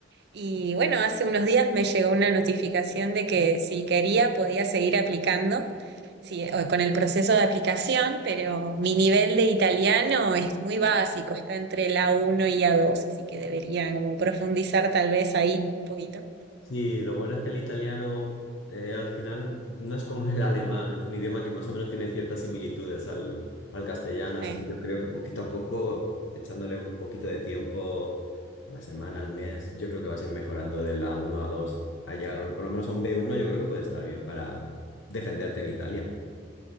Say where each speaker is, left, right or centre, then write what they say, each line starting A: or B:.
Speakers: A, on the right (about 60°); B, on the left (about 85°).
A: Y bueno, hace unos días me llegó una notificación de que si quería podía seguir aplicando, sí, o- con el proceso de aplicación, pero mi nivel de italiano es muy básico, está entre la uno y la 2, así que debería como profundizar tal vez ahí un poquito.
B: Sí, lo bueno es que el italiano eh, al final no es como el alemán, es un idioma que más o menos tiene ciertas similitudes al, al castellano, así
A: Sí.
B: que yo creo que poquito a poco, echándole un poquito de tiempo a la semana, al mes, yo creo que vas a ir mejorando del a uno a 2, a llegar a- por lo menos a un b uno. yo creo que puede estar bien para defenderte en Italia.